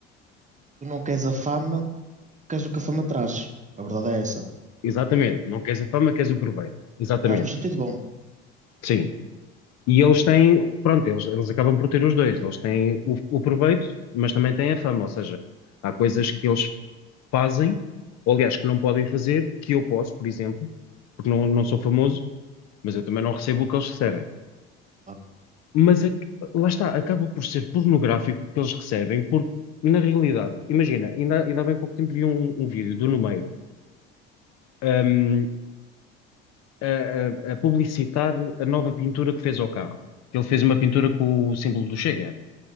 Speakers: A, on the right (about 20°); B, on the left (about 50°).
A: tu não queres a fama, queres o que a fama traz. A verdade é essa.
B: exatamente. Não queres a fama, queres o proveito. Exatamente,
A: Traz no sentido bom.
B: sim. E eles têm, pronto, eles, eles acabam por ter os dois. Eles têm o, o proveito, mas também têm a fama. Ou seja, há coisas que eles fazem, ou aliás, que não podem fazer, que eu posso, por exemplo, porque não, não sou famoso, mas eu também não recebo o que eles recebem.
A: Claro.
B: Mas a- lá está, acaba por ser pornográfico o que eles recebem, porque na realidade, imagina, ainda, ainda há bem pouco tempo vi um, um vídeo do Numeiro um, a, a- a publicitar a nova pintura que fez ao carro. Ele fez uma pintura com o símbolo do Chega.